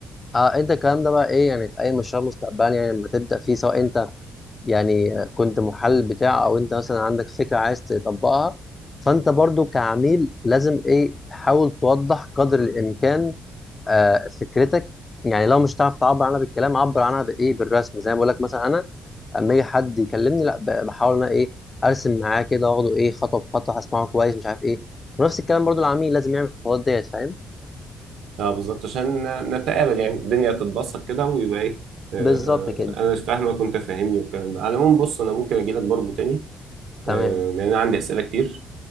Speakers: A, on the left (about 25°); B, on the right (about 80°).
A: اه انت الكلام ده بقى ايه يعني في اي مشروع مستقبلي يعني لما تبدا فيه سواء انت يعني كنت محل بتاع او انت مثلا عندك فكره عايز تطبقها فانت برضو كعميل لازم ايه تحاول توضح قدر الامكان آه فكرتك يعني لو مش هتعرف تعبر عنها بالكلام عبر عنها بايه بالرسم زي ما بقول لك مثلا انا اما يجي حد يكلمني لا ب- بحاول انا ايه ارسم معاه كده واخده ايه خطوه بخطوه هسمعه كويس مش عارف ايه ونفس الكلام برضو العميل لازم يعمل الخطوات ديت فاهم
B: اه بالظبط عشان نتقابل يعني الدنيا تتبسط كده ويبقى ايه آه،
A: بالظبط كده
B: آه، انا مش فاهمك وانت فاهمني والكلام ده على العموم بص انا ممكن اجي لك برضه تاني
A: تمام
B: آه، لان انا عندي اسئله كتير